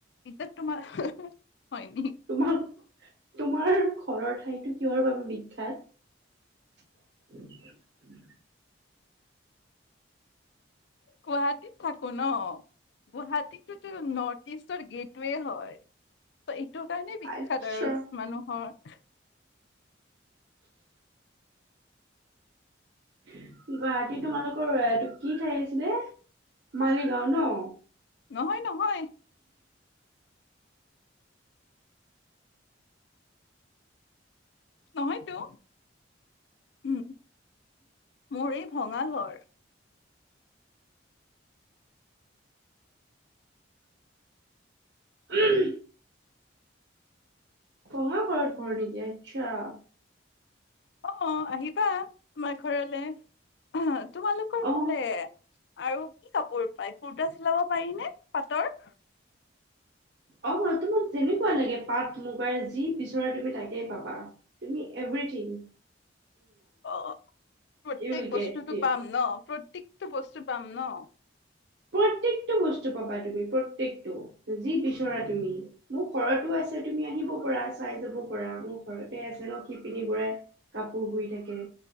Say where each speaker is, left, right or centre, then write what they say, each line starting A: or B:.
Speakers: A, on the left; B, on the right.
A: এইটো তোমাৰ হয় নি
B: তোমাৰ তোমাৰ ঘৰৰ ঠাইটো কিহৰ বাবে বিখ্যাত? <inaudible>
A: গুৱাহাটীত থাকো ন গুৱাহাটীটো তোৰ নৰ্থ ইষ্টৰ গেটৱে হয়। এইটো কাৰণে বিখ্যাত
B: আচ্ছা,
A: আৰু মানুহৰ।
B: গুৱাহাটী তোমালোকৰ এইটো কি ঠাই আছিলে মালিগাঁও ন
A: নহয় নহয়। নহয়তো। উম মোৰ এই ভঙা ঘৰ।
B: উম। কঙাঘৰত ঘৰ নেকি আচ্ছা।
A: অ আহিবা আমাৰ ঘৰলে অহ্ তোমালোকৰ
B: অ
A: ফালে আৰু কি কাপোৰ পায় কুৰ্তা চিলাব পাৰি নে পাটৰ?
B: অ তোমাক যেনেকুৱা লাগে পাট মুগাৰ যি বিচৰা তুমি তাকে পাবা তুমি এভ্ৰিথিং
A: অ প্ৰত্যেক
B: উইল গেট
A: বস্তুতো
B: ইট
A: পাম ন প্ৰত্যেক টো বস্তু পাম ন?
B: প্ৰত্যেকটো বস্তু পাবা তুমি প্ৰত্যেকটো যি বিচৰা তুমি মোৰ ঘৰতো আছে তুমি আহিব পৰা চাই যাব পাৰা মোৰ ঘৰতে আছে ন শিপিনি বোৰে কাপোৰ বৈ থাকে